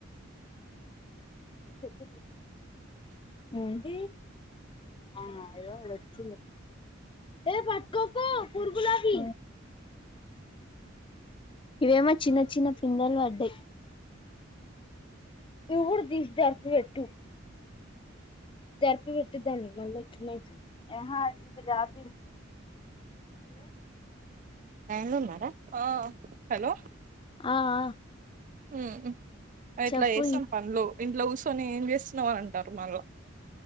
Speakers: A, on the left; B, on the right.
A: చెప్ప ంట అ అడచ్చ ఏ పట్కక కూర్గలా హీ ఇవేమో చిన్న చిన్న పిందలు అడ్డయి ఇడు దిష్ దర్కు పెట్టు తరపి వెటి దని మలకి ఎహ ఇ రా ద
B: హలో
A: ఆ ఆ
B: మ్ ఇట్లా
A: చెప్పు
B: చేస్తాం పనులు ఇంట్ల కూర్చొని ఏం చేస్తున్నావ్ అని అంటారు మళ్ళ